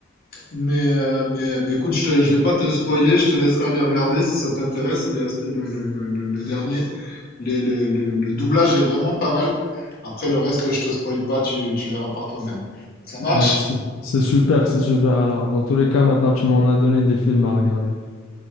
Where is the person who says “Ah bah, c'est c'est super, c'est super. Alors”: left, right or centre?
Left